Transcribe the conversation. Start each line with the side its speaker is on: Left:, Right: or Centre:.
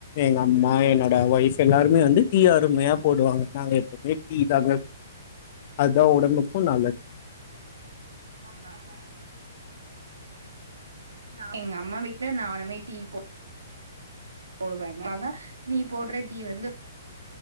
Left: எங்க அம்மா என்னோட ஒய்ஃப் எல்லாருமே வந்து டீ அருமையா போடுவாங்க நாங்க எப்பமே டீ தாங்க அத்தா ஒடம்புக்கு நல்லது
Right: ஆமா ஆமாங்க நா எங்க அம்மா வீட்ல நானுமே டீ போ போடுவேங்க ஆனா நீ போடுற டீ வந்து